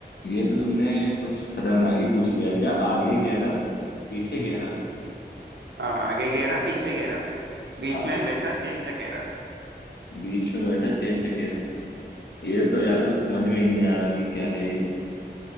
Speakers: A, on the left (about 70°); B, on the right (about 90°).
A: ये तो तुमने कुछ खतरनाक ही पूछ लिया क्या आगे गहरा पीछे गहरा
B: हाँ आगे घेरा पीछे घेरा बीच
A: हाँ
B: में बैठा चेन चकेरा
A: बीच में बैठा चैन चकेरा ये तो यार कुछ समझ में ही नहीं आ रहा कि क्या है ये